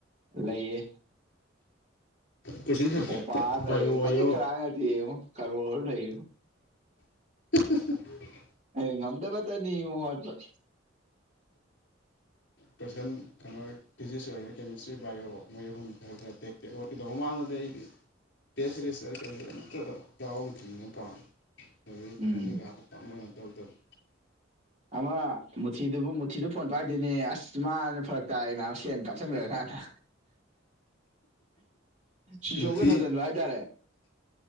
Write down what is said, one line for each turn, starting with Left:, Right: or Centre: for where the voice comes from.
Right: ꯂꯩꯏꯌꯦ
Left: ꯀꯣꯏꯁꯟ ꯈꯛꯀꯤ
Right: ꯣꯄꯔ ꯂꯩ
Left: ꯕꯥꯏꯑꯣ ꯑꯣꯏꯌꯣ
Right: ꯀꯗꯤ ꯈꯔ ꯑ ꯀꯔꯣ ꯂꯩ
Left: <unintelligible> <inaudible>
Right: ꯉ ꯑꯝꯗꯕꯥꯗ ꯇꯅꯤ꯭ꯔ
Left: ꯄꯩꯁꯥ ꯀꯩꯅꯣ ꯐꯤꯖꯤꯛꯁ ꯑꯣꯏꯔꯦꯥ ꯀꯦꯃꯤꯁꯇ꯭ꯔꯤ ꯕꯥꯏꯑꯣ ꯃꯣꯏ ꯑꯍꯨꯝꯁꯤꯂꯒ ꯇꯦꯛꯇꯦꯛ ꯑꯣꯣꯠꯀꯦꯗꯧꯕ ꯃꯃꯥꯡꯗ ꯑꯩꯗꯤ ꯀꯦꯁꯦꯁ ꯀꯩ ꯌꯥꯎ ꯅꯤ ꯄ ꯑꯗꯨꯩ ꯀꯊꯟꯅꯤꯒꯥꯁꯨ
Right: ꯎꯝ
Left: ꯇꯥꯛꯅꯅ ꯇꯧꯗꯔꯤ
Right: ꯑꯃ ꯃꯨꯊꯤꯗꯨꯕꯨ ꯃꯨꯊꯤꯗꯨ ꯐꯣꯟ ꯄꯥꯏꯗꯣꯏꯅꯦ ꯑꯁ ꯃꯥꯅ ꯐꯔꯛ ꯇꯥꯏꯅ ꯁꯦꯟ ꯀꯥꯞꯁꯤꯟꯈ꯭ꯔ ꯀꯥꯟꯗ ꯁꯤꯁꯣꯛꯒ
Left: ꯃꯨꯊꯤ
Right: ꯊꯥꯖꯤꯟꯕ꯭ꯔ ꯍꯥꯏꯇꯥꯔꯦ